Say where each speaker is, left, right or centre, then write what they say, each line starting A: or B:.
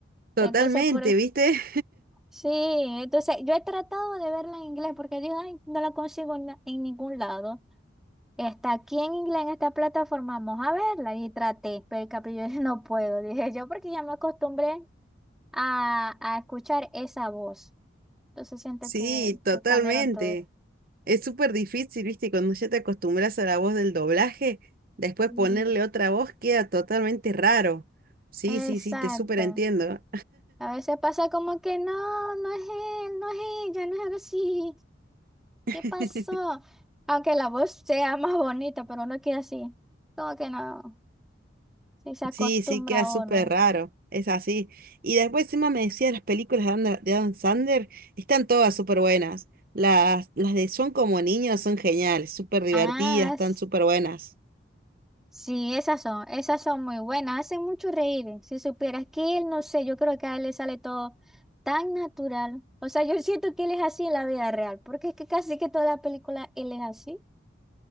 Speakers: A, on the right; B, in the centre.
A: Totalmente,
B: Entonces por eso,
A: ¿viste?
B: sí, entonces yo he tratado de verla en inglés porque digo, ay, no la consigo en, na- en ningún lado. Está aquí en inglés, en esta plataforma, vamos a verla. Y traté, pero el capillo <laughs> no puedo, dije yo, porque ya me acostumbré a, a escuchar esa voz. Entonces siento
A: Sí,
B: que,
A: totalmente.
B: que cambiaron todo.
A: Es súper difícil, viste, Y cuando ya te acostumbras a la voz del doblaje, después
B: Y,
A: ponerle otra voz queda totalmente raro. Sí,
B: exacto.
A: sí, sí, te súper entiendo.
B: A veces pasa como que no, no es él, no es ella, no es así.
A: <laughs>
B: ¿Qué pasó? Aunque la voz sea más bonita, pero uno queda así. Como que no, si se acostumbra
A: Sí, sí, queda
B: a
A: súper
B: uno.
A: raro. Es así. Y después encima me decía las películas de Ander- de Adam Sandler, están todas súper buenas. Las, las de Son como niños son geniales, súper divertidas,
B: Ah,
A: están
B: s-
A: súper buenas.
B: sí, esas son, esas son muy buenas, hacen mucho reír. Si supieras que él, no sé, yo creo que a él le sale todo tan natural. O sea, yo siento que él es así en la vida real, porque es que casi que toda la película él es así.